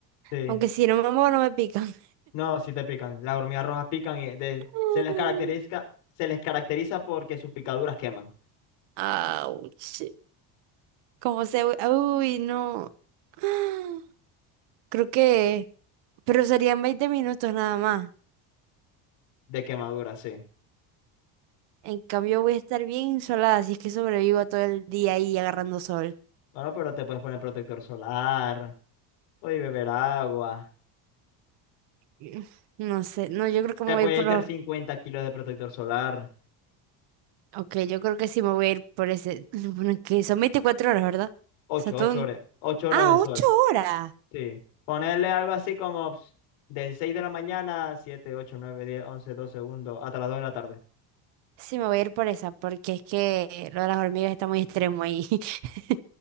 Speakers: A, on the left (about 85°); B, on the right (about 60°).
A: Sí.
B: Aunque si no me muevo, no me pican.
A: No, sí te pican. Las hormigas rojas pican y de-
B: <laughs>
A: se les caracteriza, se les caracteriza porque sus picaduras queman.
B: Ouch. Como se... Uy, no. <gasps> Creo que... Pero serían 20 minutos nada más.
A: De quemadura, sí.
B: En cambio voy a estar bien insolada si es que sobrevivo todo el día ahí agarrando sol.
A: Bueno, pero te puedes poner protector solar, puedes beber agua,
B: <sighs> Mm, No sé, no, yo creo que
A: te
B: me voy
A: puedes
B: a ir por
A: echar
B: los...
A: 50 kilos de protector solar,
B: Ok, yo creo que sí me voy a ir por ese... <laughs> Bueno, que son 24 horas, ¿verdad?
A: ocho
B: O sea, todo
A: ocho
B: un-
A: horas, 8 horas
B: Ah,
A: de sol.
B: ocho horas.
A: Sí. Ponerle algo así como ps, de 6 de la mañana, 7, 8, 9, 10, 11, 12, segundos hasta las 2 de la tarde.
B: Sí, me voy a ir por esa, porque es que lo de las hormigas está muy extremo ahí. <laughs>